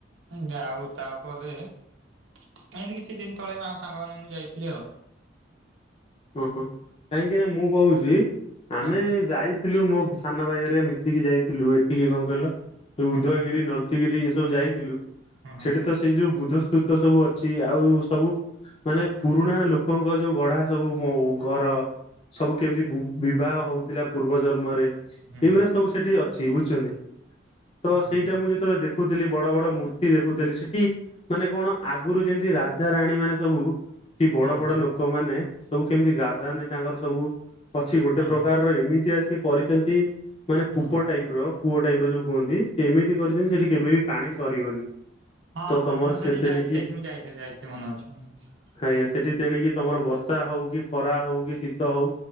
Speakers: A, on the right (about 80°); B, on the left (about 30°).
A: ଉଁ ଆଉ ତାପରେ ଏମତି କିଛି ଦିନ ତଳେ ମୁଁ ଆଉ ସାଙ୍ଗମାନେ ମୁଁ ଯାଇଥିଲି ଆଉ।
B: ଓହୋ କାହିଁକିନା ମୁଁ କହୁଛି ଆମେ
A: ହୁଁ
B: ଯାଇ ଯାଇଥିଲୁ ମୋ ସାନ ଭାଇଘରିକା ମିଶିକି ଯାଇଥିଲୁ ଏଠିକି କଣ କହିଲ ଉଦୟଗିରି
A: ହୁଁ
B: ନଳି ମିଶିକିରି ଏ ସବୁ ଯାଇଥିଲୁ
A: ହୁଁ
B: ସେଠି ତ ସେଇ ଯୋଉ ବୁଦ୍ଧ ସ୍ତୁତ ସବୁ ଅଛି ଆଉ ସବୁ ମାନେ ପୁରୁଣା ଲୋକଙ୍କ ଯୋଉ ଗଢା ସବୁ ଓ ଘର ସବୁ କେମିତି ବୁବ୍ ବିବାହ ହଉଥିଲା ପୂର୍ବ ଜନ୍ମରେ ଏଇଗୁରା
A: ହୁଁ ହୁଁ ହୁଁ ହୁଁ ହୁଁ
B: ସବୁ ସେଠି ଅଛି ବୁଝୁଛନ୍ତି? ତ ସେଇଟା
A: ହୁଁ।
B: ମୁଁ ଯେତେବେଳେ ଦେଖୁଥିଲି ବଡ ବଡ ମୂର୍ତ୍ତି ଦେଖୁଥିଲି ସେଠି ମାନେ କଣ ଆଗରୁ ଯେମତି ରାଜା ରାାଣୀମାନେ ସବୁ କି ବଡ
A: ହୁଁ
B: ବଡ
A: ହୁଁ ହଁ
B: ଲୋକମାନେ ସବୁ କେମିତି ଗାଧାନ୍ତି ତାଙ୍କର ସବୁ ଅଛି ଗୋଟେ ପ୍ରକାର
A: ହଁ
B: ର ଏମିତିଆ ସିଏ କରିଛନ୍ତି ମାନେ
A: ହଁ
B: କୂପ ଟାଇପର କୂଅ ଟାଇପ ର ଯୋଉ କୁହନ୍ତି ସେ ଏମିତି କରିଛନ୍ତି ସେଠି କେବେ ବି ପାଣି ସରିବନି।
A: ହଁ
B: ତ ତମର
A: ହଁ ମୁଁ
B: ସେ
A: ସେଠିକି
B: ତେଣିକି
A: ଯାଇ ସେଠି ମୁଁ ଯାଇଥିଲି ଯାଇଥିଲି ମନେ ଅଛି ମନେ ଅଛି।
B: ଖାଇବା ସେଠି ତେଣିକି ତମର ବର୍ଷା ହଉ କି ଖରା ହଉ କି ଶୀତ ହଉ।